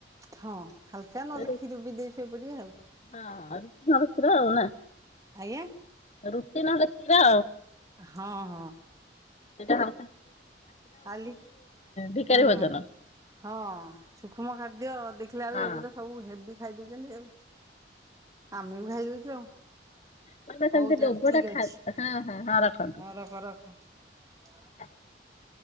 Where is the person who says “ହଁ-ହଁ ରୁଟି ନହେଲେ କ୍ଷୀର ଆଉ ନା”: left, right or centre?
Left